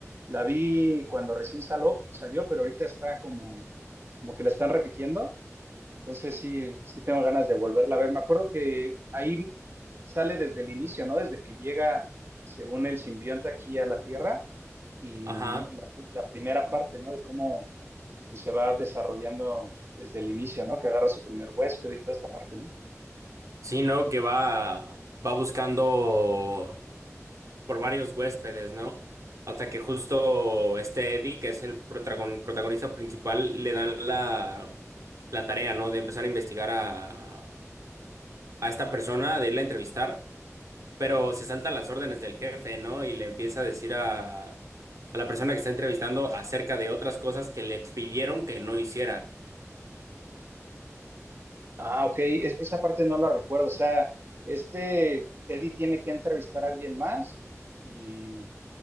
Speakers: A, on the right (about 45°); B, on the right (about 80°).
A: La vi cuando recién salió, salió, pero ahorita está como, como que la están repitiendo. Entonces sí, sí tengo ganas de volverla a ver. Me acuerdo que ahí sale desde el inicio, ¿no? Desde que llega, según el simbionte aquí a la Tierra, y
B: Ajá.
A: la, la primera parte, ¿no? De cómo pues, se va desarrollando desde el inicio, ¿no? Que agarra su primer huésped y toda esta parte, ¿no?
B: Sí, ¿no? Que va, va buscando. por varios huéspedes, ¿no? Hasta que justo este Eddie, que es el protagon- protagonista principal, le dan la, la tarea, ¿no? De empezar a investigar a, a esta persona, de irla a entrevistar, pero se salta las órdenes del jefe, ¿no? Y le empieza a decir a, a la persona que está entrevistando acerca de otras cosas que le pidieron que no hiciera.
A: Ah, ok, es- esa parte no la recuerdo. O sea, este Eddie tiene que entrevistar a alguien más y